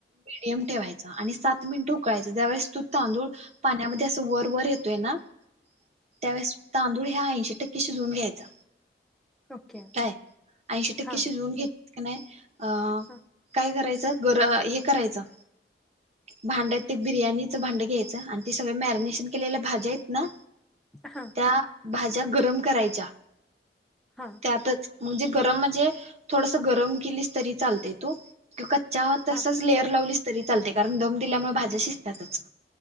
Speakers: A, on the right; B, in the centre.
A: येम ठेवायचा आणि सात मिनिटं उकळायच ज्यावेेळेस तो तांदूळ पाण्यामध्ये असं वर वर येतोय ना त्यावेळेस तांदूळ ह ऐंशी टक्के शिजवून घ्यायचा
B: ओके
A: काय ऐंशी टक्के
B: हा
A: शिजवून घे आणि अं
B: हा
A: काय करायचं गर हे करायचं भांड ते बिर्याणीचं भांडं घ्यायचं आणि ते सगळे मॅरिनेशन केलेल्या भाज्या आहेत ना
B: हा
A: त्या भाज्या गरम करायच्या
B: हा
A: त्यातच म्हणजे गरम थोडसा गरम केलीस तरी चालतंय तो तु का त्यावर तसच
B: हा
A: लेअर लावलीस तरी चालतय कारण दम दिल्यामुळे भाज्या शिजत्यातच